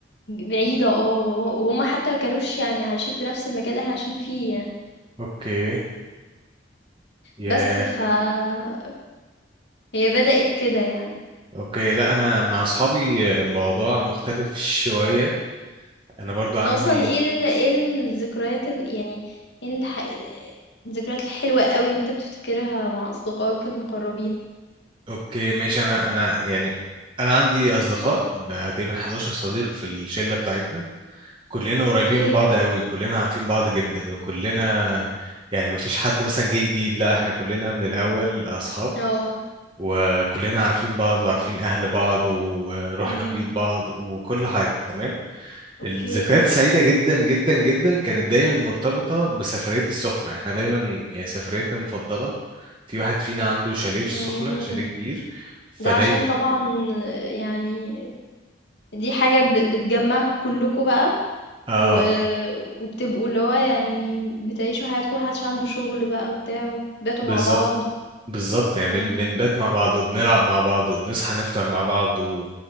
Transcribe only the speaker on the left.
بعيدة آه، و وهُم حتى ما كانوش يعني عايشين في نفس المكان اللي إحنا عايشين فيه يعني،
بس ياه! فهي بدأت كده يعني.
أنت
أصلًا إيه ال إيه الذكريات ال يعني إيه الح الذكريات الحلوة أوي اللي أنت بتفتكرها مع أصدقائك المقربين؟
أوكي،
آه،
إمم،
أوكي،
إمم،
ده عشان تمام. طبعًا يعني دي حاجة ب- بتجمعكوا كلكوا بقى
و... وبتبقوا اللي هو يعني بتعيشوا حياتكم محدش عنده شغل بقى وبتاع وبتباتوا
مع بعض
مم.